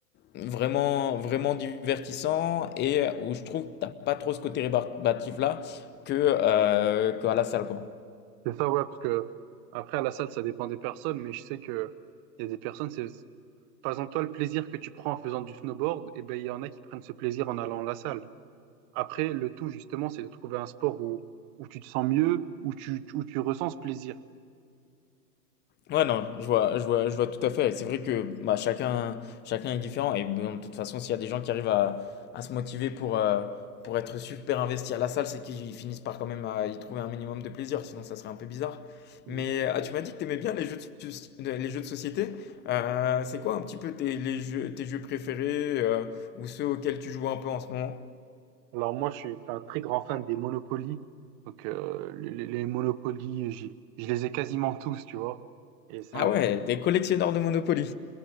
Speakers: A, on the left; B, on the right.
A: vraiment, vraiment divertissants et où je trouve que t'as pas trop ce côté rébarbatif là que, euh, qu'à la salle, quoi.
B: C'est ça, ouais, parce que après, à la salle, ça dépend des personnes, mais je sais que il y a des personnes, c'est, c'est- par exemple, toi, le plaisir que tu prends en faisant du snowboard, et ben, il y en a qui prennent ce plaisir en allant à la salle. Après, le tout, justement, c'est de trouver un sport où, où tu te sens mieux, où tu, où tu ressens ce plaisir.
A: Ouais, non, je vois, je vois, je vois tout à fait. Et C'est vrai que bah, chacun, chacun est différent. Et bon, de toute façon, s'il y a des gens qui arrivent à, à se motiver pour, euh, pour être super investis à la salle, c'est qu'ils finissent par quand même à y trouver un minimum de plaisir. Sinon, ça serait un peu bizarre.
B: Mm.
A: Mais ah, tu m'as dit que tu aimais bien les jeux de, soci- les jeux de société. Euh, c'est quoi un petit peu tes, les jeux, tes jeux préférés euh, ou ceux auxquels tu joues un peu en ce moment?
B: Alors moi, je suis un très grand fan des Monopoly. Donc euh, les, les Monopoly, j'y- je les ai quasiment tous, tu vois. Et c'est
A: Ah
B: un jeu
A: ouais, des collectionneurs de Monopoly.